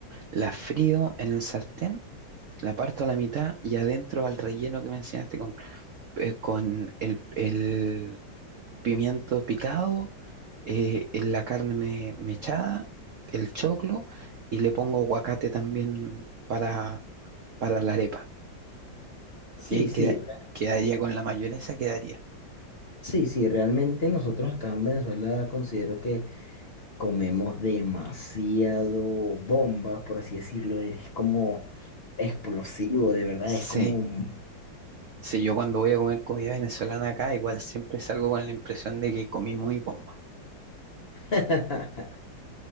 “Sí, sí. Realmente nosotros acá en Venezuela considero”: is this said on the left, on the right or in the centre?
Left